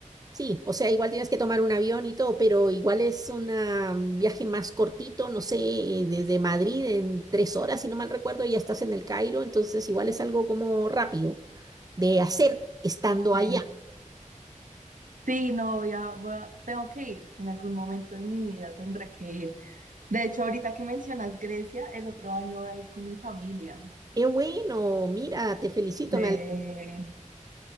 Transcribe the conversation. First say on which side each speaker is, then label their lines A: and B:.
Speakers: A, on the right; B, on the right.
A: sí. O sea, igual tienes que tomar un avión y todo, pero igual es una- un viaje más cortito, no sé, eh, desde Madrid en tres horas, si no mal recuerdo, ya estás en el Cairo, entonces igual es algo como rápido de hacer estando
B: Sí,
A: allá.
B: Sí, no, voy a, voy a- tengo que ir. En algún momento de mi vida tendré que ir. De hecho, ahorita que mencionas Grecia, el otro año voy a ir con mi familia.
A: Qué bueno, mira, te felicito,
B: Eh,
A: me